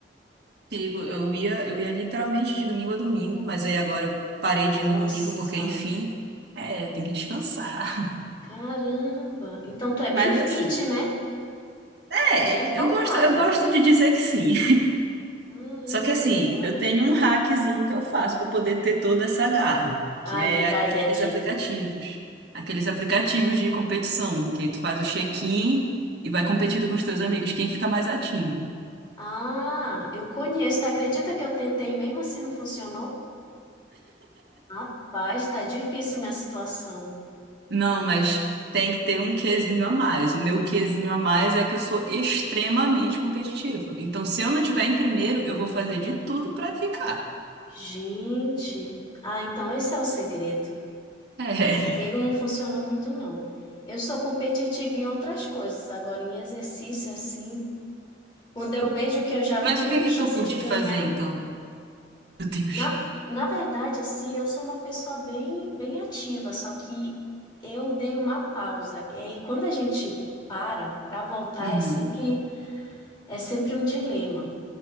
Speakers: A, on the right; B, on the left.
A: Sigo. Eu ia, eu ia literalmente de domingo a domingo, mas aí agora eu parei
B: Nossa,
A: de ir no domingo porque, enfim, é, tem que descansar. <laughs>
B: caramba. Então tu é bem
A: Mas
B: fit,
A: assim,
B: né?
A: é,
B: Bem focada.
A: eu gosto, eu gosto de dizer que sim.
B: Caramba,
A: Só que assim,
B: legal.
A: eu tenho um hackzinho que eu faço para poder ter toda essa garra,
B: Ai,
A: que é
B: me dá
A: aqueles
B: aí a dica.
A: aplicativos, aqueles aplicativos de competição, que aí tu faz o check-in e vai competindo com os teus amigos, quem fica mais ativo.
B: Ah, eu conheço. Tu acredita que eu tentei e mesmo assim não funcionou? Rapaz, tá difícil minha situação.
A: Não, mas tem que ter um quezinho a mais. O meu quezinho a mais é que eu sou extremamente competitiva. Então, se eu não tiver em primeiro, eu vou fazer de tudo pra ficar.
B: Gente, ah, então esse é o segredo,
A: É.
B: que comigo não funcionou muito não. Eu sou competitiva em outras coisas, agora em exercício assim, quando eu vejo que
A: <laughs>
B: eu já não
A: Mas
B: tenho
A: o que é que
B: chance
A: tu curte
B: de ganhar,
A: de fazer, então? Meu Deus.
B: na, na verdade assim, eu sou uma pessoa bem bem ativa, só que eu dei uma pausa. E aí quando a gente para para voltar
A: Uhum.
B: é sempre é sempre um dilema.